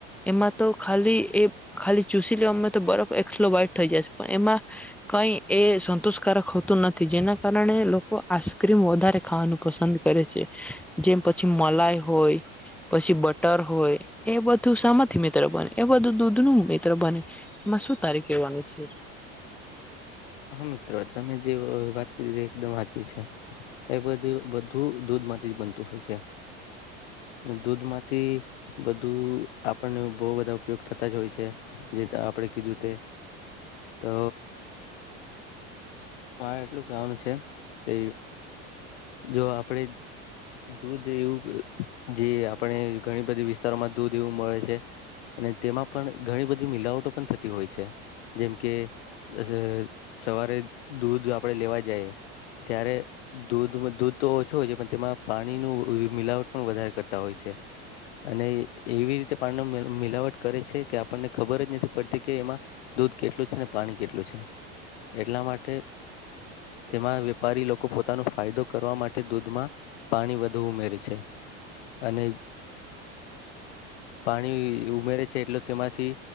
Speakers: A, in the centre; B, on the left.
A: એમાં તો ખાલી એ ખાલી ચૂસી લેવામાં તો બરફ એક્સલોબાઈટ થઈ જાયસ પણ એમાં કઈ એ સંતોષકારક હોતું ન થી. જેના કારણે લોકો આઇસ્ક્રીમ વધારે ખાવાનું પસંદ કરે છે. જેમ પછી મલાઈ હોય પછી બટર હોય એ બધું શમાંથી મિત્ર બને એ બધું દૂધનું મિત્ર બને એમાં શું તારે કહેવાનું છે.
B: હા મિત્ર. તમે જેઅ વાત કરી એકદમ હાચી છે. એ બધું બધું દૂધ માંથી જ બનતું હોય છે. દૂધમાંથી બધું આપણને બો બધા ઉપયોગ થતા જ હોય છે જે આપણે કીધું તે તો મારે એટલું કેવાનું છે એ જો આપડે દૂધ એવું અહ જે આપણે ઘણી બધી વિસ્તારોમાં દૂધ એવું મળે છે અને તેમાં પણ ઘણી બધી મિલાવટો પણ થતી હોય છે. જેમ કે અસ-સવારે દૂધ આપડે લેવા જાએ જ્યારે દૂધ માં દૂધ તો ઓછું હોય છે પણ તેમાં પાણી નું મિલાવટ પણ વધારે કરતા હોય છે. અને એવી રીતે પાણીનો મેળ મિલાવટ કરે છે કે આપ પનને ખબર જ નથી પડતી કે એમાં દૂધ કેટલું છે અને પાણી કેટલું છે. એટલા મા ટે તેમાં વેપારી લોકો પોતાનો ફાયદો કરવા માટે દૂધમાં પાણી વધુ ઉમેરે છે અને પાણી ઉમેરે છે એટલે તેમાંથી